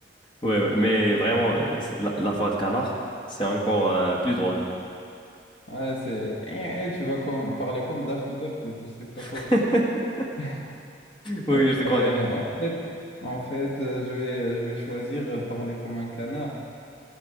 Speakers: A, on the left; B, on the left.
A: Ouais, ouais, mais vraiment, euh, la, la voix de canard, c'est encore euh, plus drôle.
B: Ouais, c'est... eh, eh, tu vas comme, parler comme Daffy Duck, je sais pas
A: <laughs>
B: quoi. <laughs>
A: Oui,
B: Euh,
A: je te connais.
B: euh, en fait, en fait euh, je vais, je vais choisir euh, parler comme un canard.